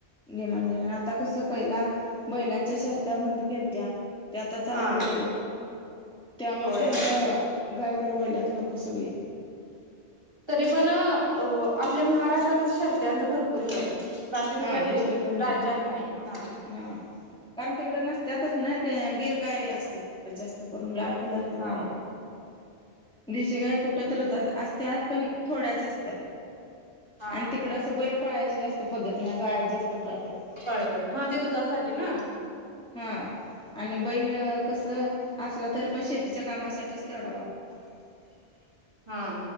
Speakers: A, in the centre; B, on the right.
A: डिमांडय. आता कसं पहिला बैलांच्या शर्त्या बंद केलत्या. ते आता चालू
B: हा
A: केल्या, त्यामुळे
B: होय
A: पण आता गायकडं वळल्यात लोकं सगळी.
B: तरी पण आपल्या महाराष्ट्रातच शर्त्यांच भरपूर हे आहे. बाकी कुठल्या
A: हा
B: दे
A: दुसरीकड
B: राज्यात नाही, हा.
A: हा कारण तिकड नसत्यातच नाही, ते गिरगाय असते तिकडे जास्त. करून लाल कलरच्या
B: हा
A: गाया, देशी गाया कुठ
B: हम्म
A: तरच असत्यात. पण थोड्याच असत्यात.
B: हा
A: आणि
B: हा
A: तिकड असं बैल पाळायचे जास्त पद्धती नाय. गाया जास्त पाळत्यात.
B: पाळत्यात. हा ते दुधासाठी ना.
A: हां. आणि बैल कसं असला तरी पण, शेतीच्या कामासाठीच तेवढा
B: हां.